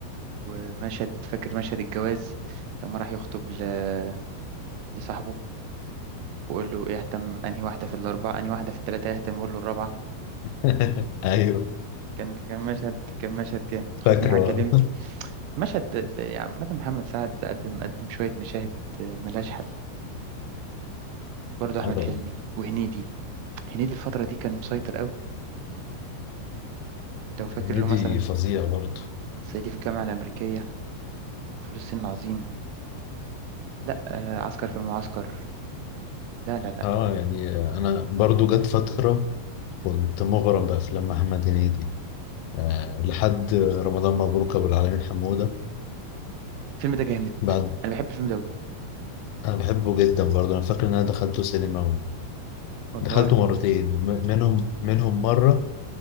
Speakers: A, on the right (about 90°); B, on the left (about 90°).
A: ومشهد فاكر مشهد الجواز لما راح يخطب ل- لصاحبه وقول له يهتم انهي واحدة في الأربعة انهي واحدة في الثلاثة يهتم يقول له الرابعة
B: <laughs> أيوه
A: كان كان مشهد كان مشهد جامد خدني
B: فاكره
A: معاك يا لمبي
B: اه
A: المشهد اللي- يعني عامة محمد سعد قدم قدم شوية مشاهد آه، ملهاش حل برضه أحمد
B: آه طبعا
A: حلمي وهنيدي هنيدي الفترة دي كان مسيطر قوي لو فاكر
B: هنيدي
A: له مثلا
B: فظيع برضه
A: صعيدي في الجامعة الأمريكية فول الصين العظيم لا آه، عسكر في المعسكر لا لا لا
B: اه يعني أنا برضه جت فترة كنت مغرم بأفلام محمد هنيدي آه لحد رمضان مبروك أبو العالمين حمودة
A: الفيلم ده جامد
B: بعد
A: أنا بحب الفيلم ده أوي
B: أنا بحبه جدا برضه أنا فاكر إن أنا دخلته سينما
A: والله
B: دخلته مرتين م- منهم منهم مرة